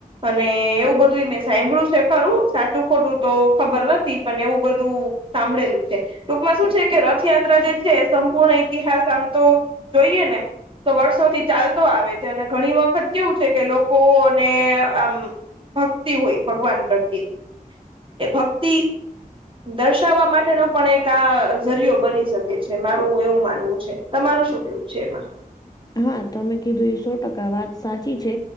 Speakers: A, on the right; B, on the left.
A: અને એવું બધું મેં સાંભળ્યું છે ખરું સાચું ખોટું તો ખબર નથી પણ એવું બધું સાંભળેલું છે. ટૂંકમાં શું છે કે રથયાત્રા જે છે સંપૂર્ણ ઈતિહાસ આમ તો જોઈએ ને. તો વર્ષોથી ચાલતો આવે છે અને ઘણી વખત કેવું છે કે લોકોને આમ ભક્તિ હોય ભગવાન પ્રત્યેની. એ ભક્તિ દર્શાવવા માટેનો પણ એક આ ઝરિયો બની શકે છે મારું એવું માનવું છે. તમારું શું કેવું છે એમાં.
B: હા, તમે કીધું એ સો ટકા વાત સાચી છે.